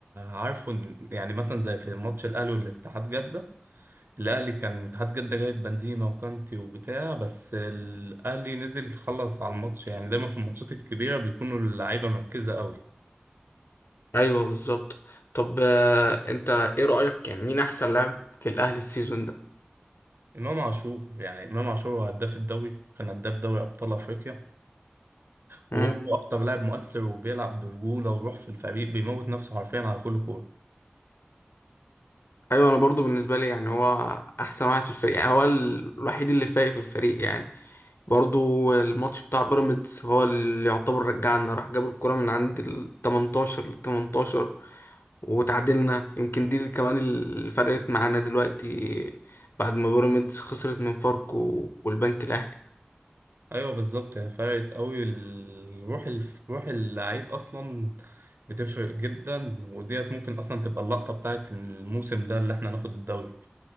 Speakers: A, on the right; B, on the left.
A: عارفه إن- يعني مثلا زي في ماتش الأهلي والاتحاد جدة الأهلي كان اتحاد جدة جايب بنزيما وكانتي وبتاع بس الأهلي نزل خلص على الماتش يعني دايما في الماتشات الكبيرة بيكونوا اللعيبة مركزة قوي
B: ايوه بالظبط طب آه، انت ايه رأيك يعني مين احسن لاعب في الاهلي السيزون ده
A: امام عاشور يعني امام عاشور هو هداف الدوري كان هداف دوري ابطال افريقيا وهو
B: مم.
A: اكتر لاعب مؤثر وبيلعب برجوله وروح في الفريق بيموت نفسه حرفيا على كل كوره
B: ايوه انا برضو بالنسبة لي يعني هو احسن واحد في الفريق يعني هو ال- الوحيد اللي فايق في الفريق يعني برضو الماتش بتاع بيراميدز هو اللي يعتبر رجعنا راح جاب الكرة من عند ال 18 لل 18 وتعادلنا يمكن دي اللي كمان اللي فرقت معانا دلوقتي بعد ما بيراميدز خسرت من فاركو والبنك الاهلي
A: ايوه بالظبط هي فرقت قوي الروح الف... روح اللعيب اصلا بتفرق جدا وديت ممكن اصلا تبقى اللقطه بتاعت الموسم ده اللي احنا ناخد الدوري